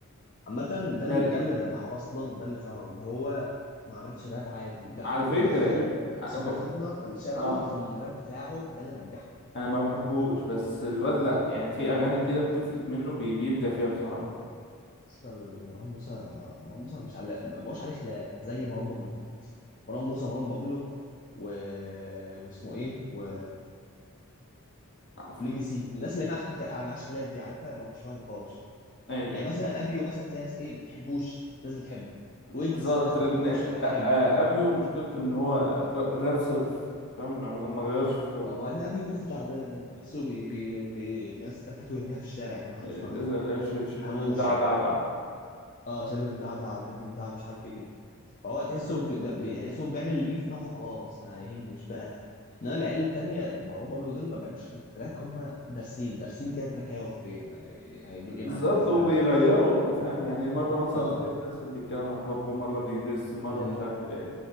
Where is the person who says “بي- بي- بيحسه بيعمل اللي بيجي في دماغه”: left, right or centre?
Left